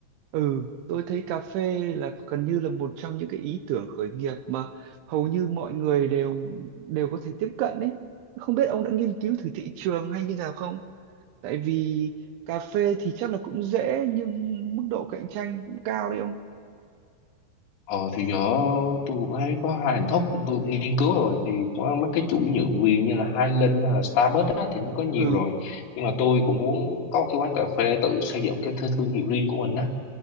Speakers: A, on the right; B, on the left.
A: ừ tôi thấy cà phê là gần như là một trong những cái ý tưởng khởi nghiệp mà hầu như mọi người đều đều có thể tiếp cận đấy không biết ông đã nghiên cứu thử thị trường hay như nào không tại vì cà phê thì chắc là cũng dễ nhưng mức độ cạnh tranh cũng cao đấy ông
B: ờ thì giờ tôi cũng thấy có hai hình thức tôi nghiên cứu rồi thì có mấy cái chuỗi nhượng quyền như là Highland hay là Starbucks á, thì nó có nhiều
A: ừ
B: rồi nhưng mà tôi cũng muốn có cái quán cà phê tự xây dựng cái thư- thương hiệu riêng của mình á